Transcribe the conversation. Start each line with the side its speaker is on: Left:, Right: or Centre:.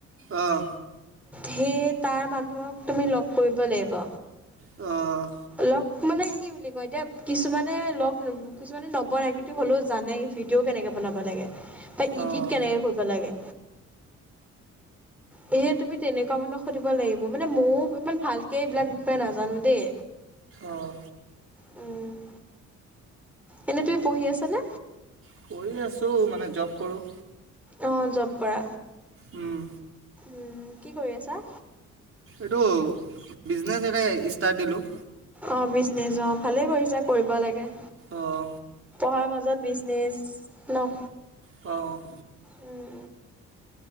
Right: অঁ।
Centre: সেয়ে তাৰ মানুহক তুমি লগ কৰিব লাগিব।
Right: অঁ।
Centre: লগ মানে কি বুলি কয় এতিয়া কিছুমানে লগ কিছুমানে নবনাই কিন্তু হ'লেও জানে ভিডিঅ' কেনেকে বনাব লাগে। বা ইডিত
Right: অ'।
Centre: কেনেকে কৰিব লাগে। সেয়েহে তুমি তেনেকুৱা মানুহক সুধিব লাগিব মানে ময়োও ইমান ভালকে এইবিলাক বিষয়ে নাজানো দেই।
Right: অঁ।
Centre: উম'। এনে তুমি পঢ়ি আছানে?
Right: কৰি আছোঁ, মানে জব কৰোঁ।
Centre: অঁ জব কৰা।
Right: উম,
Centre: উম'। কি কৰি আছা?
Right: এইটো বিজনেচ এটা ষ্টাৰ্ট দিলো।
Centre: অঁ বিছনেজ অ' ভালে কৰিছা কৰিব লাগে।
Right: অঁ।
Centre: পঢ়াৰ মাজত বিজনেছ ন।
Right: অ'
Centre: উম,